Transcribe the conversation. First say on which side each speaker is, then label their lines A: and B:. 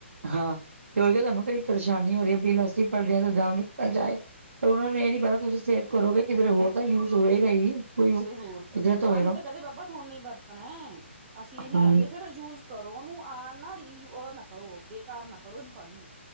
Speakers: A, on the right; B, on the right.
A: ਹਾਂ, ਕਹੇਗਾ ਤੁਹਾਨੂੰ ਕਿਹੜੀ ਪਰੇਸ਼ਾਨੀ ਹੋ ਰਹੀ ਹੈ। ਬਿਲ ਅਸੀ ਭਰਦੇ ਆਂ ਤੇ ਦਮ ਦਿੱਤਾ ਜਾਏ ਪਰ ਉਹਨਾਂ ਨੂੰ ਇਹ ਨੀ ਪਤਾ ਤੁਸੀਂ ਸੇਵ ਕਰੋਗੇ ਕਿਧਰੇ ਹੋਰ ਤਾਂ ਯੂਜ ਹੋਏਗਾ ਹੀ। ਕੋਈ ਕਿਧਰੇ
B: ਤੇ ਹੋਰ ਪ -ਪ -ਪਾਣੀ
A: ਹੋਏਗਾ
B: ਤਾਂ ਕਹਿੰਦੇ ਬਾਬਾ ਤੁਹਾਨੇ ਹੀ ਵਰਤਣਾ ਏ। ਅਸੀਂ ਇਹ ਨੀ
A: ਹਾਂ
B: ਕਹਿੰਦੇ ਫੇਰ ਏ ਯੂਜ਼ ਕਰੋ ਨੂੰ ਆ ਨਾ ਰੀਜ਼, ਉਹ ਨਾ ਕਰੋ, ਬੇਕਾਰ ਨਾ ਕਰੋ ਇਹ ਪਾਣੀ ਨੂੰ।